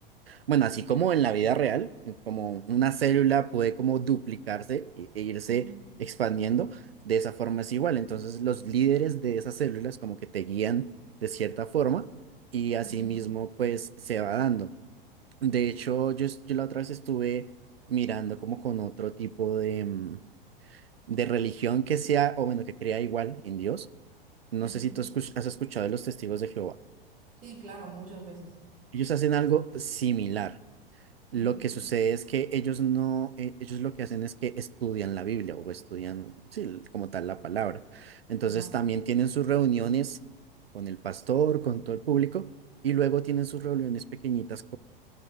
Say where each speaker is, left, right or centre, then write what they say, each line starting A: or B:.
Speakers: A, on the right (about 80°); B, on the right (about 30°).
A: bueno, así como en la vida real, eh, como una célula puede como duplicarse e e irse
B: Ujú,
A: expandiendo, de esa forma es igual, entonces los líderes de esas células como que te guían de cierta forma y asimismo
B: ujú,
A: pues se va dando. De hecho, yo, es- yo la otra vez estuve mirando como con otro tipo de, mm, de religión que sea, o bueno, que crea igual en Dios. No
B: ujú.
A: sé si tú escuch- has escuchado de los testigos de Jehová.
B: Sí, claro, muchas veces.
A: Ellos hacen algo similar. Lo
B: Ujú,
A: que sucede es que ellos no, e- ellos lo que hacen es que estudian la Biblia o estudian, sí, el- como tal la palabra. Entonces
B: Ajá,
A: también tienen sus reuniones con el pastor, con todo el público, y luego tienen sus reuniones pequeñitas